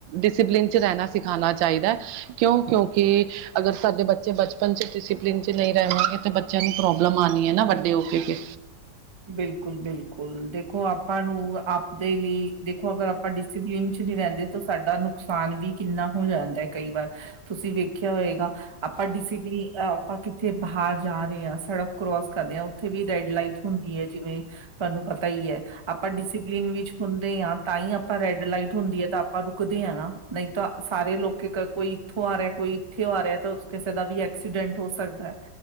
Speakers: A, on the right; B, on the right.
A: ਡਿਸਿਪਲਿਨ 'ਚ ਰਹਿਣਾ ਸਿਖਾਉਣਾ ਚਾਈਦਾ, ਕਿਉਂ ਕਿਉਂਕਿ ਅਗਰ ਸਾਡੇ ਬੱਚੇ ਬਚਪਨ 'ਚ ਡਿਸਪਲਿਨ 'ਚ ਨਹੀਂ ਰਹਿਣਗੇ ਤਾਂ ਬੱਚਿਆਂ ਨੂੰ ਪ੍ਰੋਬਲਮ ਆਉਣੀ ਹੈ ਨਾ ਵੱਡੇ ਹੋ ਕੇ ਫਿਰ।
B: ਬਿਲਕੁਲ ਬਿਲਕੁਲ, ਦੇਖੋ ਆਪਾਂ ਨੂੰ, ਆਪਦੇ ਲਈ ਦੇਖੋ ਅਗਰ ਆਪਾਂ ਡਿਸ ਡਿਸੀਪਲਿਨ 'ਚ ਨੀ ਰੈਂਦੇ ਤੇ ਸਾਡਾ ਨੁਕਸਾਨ ਵੀ ਕਿੰਨਾ ਹੋ ਜਾਂਦਾ ਕਈ ਵਾਰ। ਤੁਸੀ ਵੇਖਿਆ ਹੋਏਗਾ ਆਪਾਂ ਡਿਸੀਪਲਿਨ, ਅ ਆਪਾਂ ਕਿਥੇ ਬਾਹਰ ਜਾ ਰਹੇ ਆ, ਸੜਕ ਕਰੋਸ ਕਰ ਰਹੇ ਆ, ਉੱਥੇ ਵੀ ਰੈਡ ਲਾਈਟ ਹੁੰਦੀਆ ਜਿਵੇਂ, ਤੁਹਾਨੂੰ ਪਤਾ ਹੀ ਐ। ਆਪਾਂ ਡਿਸਿਪਲਿਨ ਵਿੱਚ ਹੁੰਦੇ ਆ, ਤਾਂ ਹੀ ਆਪਾਂ ਰੈਡ ਲਾਈਟ ਹੁੰਦੀ ਆ, ਤਾ ਆਪਾਂ ਰੁਕਦੇ ਆ ਨਾ। ਨਈ ਤਾਂ, ਸਾਰੇ ਲੋਕੀ ਕੋਈ ਇੱਥੋਂ ਆ ਰਿਆ, ਕੋਈ ਇੱਥੇ ਆ ਰਿਆ, ਤਾਂ ਕਿਸੇ ਦਾ ਵੀ ਐਕਸੀਡੈਂਟ ਹੋ ਸਕਦਾ।